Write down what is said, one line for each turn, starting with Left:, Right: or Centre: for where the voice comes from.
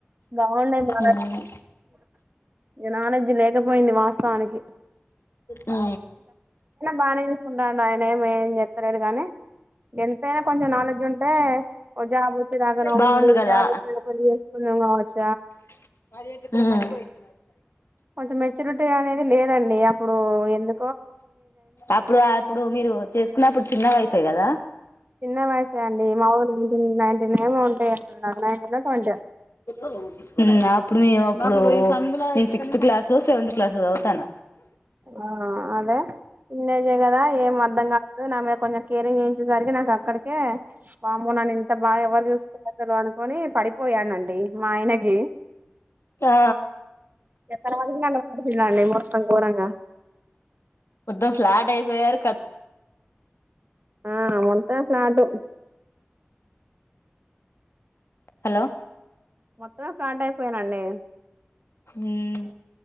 Right: బాగుండంది
Left: హ్మ్మ్
Right: నాలెడ్జ్ లేకపోయింది వాస్తవానికి
Left: ఆ
Right: బాగానేసుకుంటాండు ఆయన ఏమి ఏం చెస్తలేదు కాగానీ ఎంత కొంచెం నాలెడ్జ్ ఉంటే జాబ్ గడా
Left: బాగుండు
Right: ఉండంది
Left: కదా
Right: కావచ్చు పెళ్లి చేసుకున్నాం కావచ్చు
Left: హ
Right: కొంచెం మెచ్యూరిటీ అనేది లేదండి అప్పుడు ఎందు
Left: అప్పుడు అప్పుడు మీరు చేసుకున్నప్పుడ్ చిన్న వయసుగదా
Right: చిన్న వయసే అండి మా నైన్టీన్ నైన్టీన్ ఏమే ఉన్ <unintelligible> నాయింటిన్ కౌంట్
Left: మ్ అప్ ఇప్పుడు మీ అప్పుడు నేను సిక్స్త్ క్లాస్ సెవెంత్ క్లాస్ ఓ చదువుతాన
Right: ఆ అదే చిన్నజే కదా ఏం అర్ధం కాాలదు నా మీద కొంచెం కేరింగ్ చేయించేసరికి నాకు అక్కడికే వమ్మో నన్ ంత బాగా ఎవరు చూసుకు <unintelligible> కొని పడిపోయానండి మా ఆయనకి
Left: ఆ
Right: ఇగ తరువాతికి నన్ను వాడు కూడండి మొత్తం గోరంగా
Left: మొత్తం ఫ్లాట్ అయిపోయాారు క
Right: ఆ మొత్తమే ఫ్లాటు
Left: హలో
Right: మొత్తమే ఫ్లాట్ అయిపోయనండి
Left: హుమ్